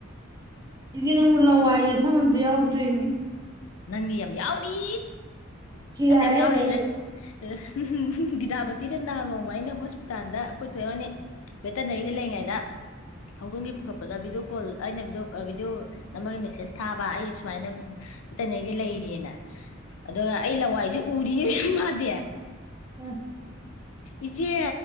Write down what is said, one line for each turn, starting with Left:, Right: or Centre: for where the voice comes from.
Right: ꯏꯆꯦ ꯅꯪꯕꯨ ꯂꯋꯥꯏꯁꯦ ꯁꯝ ꯑꯃꯠꯇ ꯌꯥꯎꯗ꯭ꯔꯦꯃꯦ
Left: ꯅꯪꯗꯤ ꯌꯥꯝ ꯌꯥꯎꯔꯤ
Right: ꯆꯤꯔꯥꯏ
Left: ꯅꯅꯦ
Right: ꯍꯥꯏꯅꯦ
Left: ꯌꯥꯎꯔꯗ꯭ꯔꯦ
Right: ꯑꯩꯁꯦ
Left: <unintelligible> ꯎꯝ ꯒꯤꯗꯥꯄꯇꯤꯗ ꯅꯍꯥꯟ ꯅꯣꯡꯃ ꯑꯩꯅ ꯍꯣꯁꯄꯤꯇꯥꯜꯗ ꯑꯩꯈꯣꯏ ꯊꯣꯛꯕꯥꯅꯤ ꯚꯦꯇꯅꯔꯤꯗ ꯂꯩꯔꯤꯉꯩꯗ ꯍꯧꯗꯣꯡꯒꯤ ꯄꯨꯈꯠꯄꯗ ꯚꯤꯗꯤꯑꯣ ꯀꯣꯜ ꯑꯩꯅ ꯚꯑꯣ ꯚꯤꯗꯤꯑꯣ ꯅꯃꯒ ꯃꯦꯁꯦꯁ ꯊꯥꯕ ꯑꯩ ꯁꯨꯃꯥꯏꯅ ꯏꯇꯅꯦꯗꯤ ꯂꯩꯔꯤꯌꯦꯅ ꯑꯗꯨꯒ ꯑꯩ ꯂꯋꯥꯏꯁꯨ ꯄꯨꯔꯤꯅꯦ ꯃꯥꯗꯤ
Right: ꯑꯥ
Left: ꯏꯆꯦ